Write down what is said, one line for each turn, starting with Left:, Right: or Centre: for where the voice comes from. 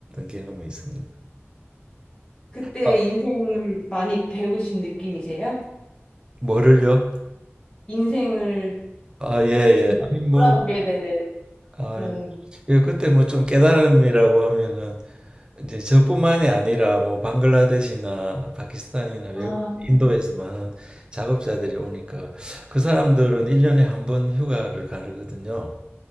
Right: 경험이 있습니다.
Left: 그때
Right: 아,
Left: 인생을 많이 배우신 느낌이세요?
Right: 뭐를요?
Left: 인생을
Right: 아, 예, 예.
Left: 좀
Right: 아니, 뭐,
Left: 돌아보게 되는
Right: 아,
Left: 그런,
Right: 예. 예, 그때 뭐 좀 깨달음이라고 하면은 이제 저뿐만이 아니라 뭐 방글라데시나 파키스탄이나 외국
Left: 아,
Right: 인도에서 많은 작업자들이 오니까 그 사람들은 일년에 한 번 휴가를 가르거든요.